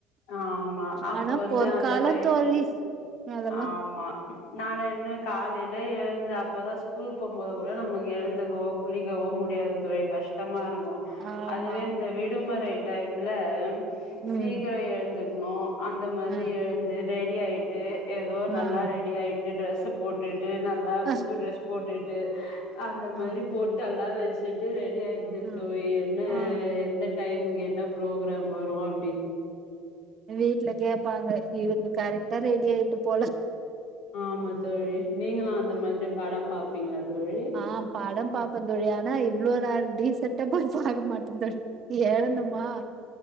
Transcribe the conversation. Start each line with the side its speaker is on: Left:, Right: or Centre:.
Left: ஆமா அப்ப
Right: ஆனா
Left: வந்து
Right: பொற்காலோ
Left: அந்த டைம்
Right: தோழி அதெல்லா
Left: ஆமா நானு என்ன காலைல எழுந்து அப்போதா ஸ்கூல் போகுபோது கூட நமக்கு எழுந்துக்குவோ குளிக்கவோ முடியாது தோழி கஷ்டமா இருக்கு
Right: ஆமா
Left: அதுவே இந்த விடுமுறை டைம்ல
Right: ம்
Left: சீக்கிர எழுந்துக்கணு அந்த மாதிரி
Right: ம்
Left: எழுந்து ரெடி ஆயிட்டு ஏதோ
Right: ம்
Left: நல்லா ரெடி ஆயி டு ட்ரெஸ் போட்டுட்டு நல்லா
Right: அ
Left: புது ட்ரெஸ் போட்டுட்டு அந்த
Right: ம்
Left: மாரி போ டல்லா வச்சுட்டு ரெடி ஆயிருது
Right: ம்
Left: தோழி என்ன
Right: ஆ
Left: எந்த டைமுக்கு என்ன ப்ரோக்ராம் வரும் அ
Right: எ வீட்ல கேப்பாங்க இதுக்கு கரெக்டா ரெடி ஆயிட்ட போல
Left: ஆமா தோழி நீங்களு அந்த மாதிரி படம் பாப்பீங்களா தோழி
Right: ஆ படம் பாப்பேன் தோழி ஆனா இவ்ளோ நாள் டீசண்டா போய் பாக்க மாட்டே தோழி எழுந்தமா